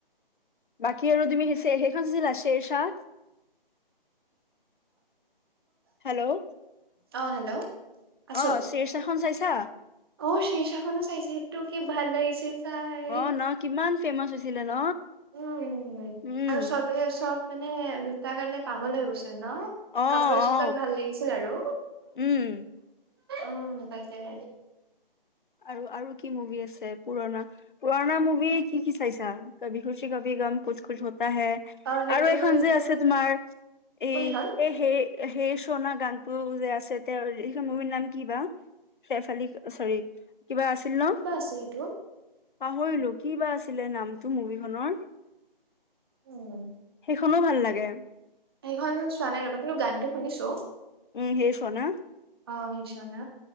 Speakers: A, on the left; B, on the right.
A: <unintelligible> <inaudible> হেল্ল'
B: অ হেল্ল'! আছ'
A: অ শ্বেৰশাহখন চাইছা
B: অ' শীৰ্ষা খনো চাইছে টো কি ভাল লাগিছিল। চাই
A: অ ন কিমান ফেমাচ হৈছিলে ন
B: উম
A: উম!
B: আৰু চবে চব মানে তাৰ কাৰণে পাগল হৈ গৈছিল ন
A: অ
B: কাপোৰ চোতাক
A: অ
B: ভাল লাগিছিল আৰু
A: উম
B: উম কাই
A: আৰু আৰু কি মুভি আছে? পুৰণা পুৰণা মু ক কি কি চাইছা কাভি খুচি কভি গম, কু আহে
B: অ সেইটো
A: আৰু এখন
B: মই
A: যে আছে তোমাৰ এই
B: সেইটো মই কোনখন
A: এই সেই সেই চনা গানটো যে আছে তেওঁ স মুভিৰ নাম কি বা শেফলি চৰি কিবা আছিল ন
B: কিবা আছে সেইটো
A: পাহৰিলো কি বা আছিল। ছিলে নামটো মুভিখনৰ
B: উম
A: সেইখনো ভাল লাগে। <inaudible>
B: সেইখন চোৱা নাই ৰবা কিন্তু গানতটো শুনিছো।
A: উম সেই শোনা
B: অ সেইচনা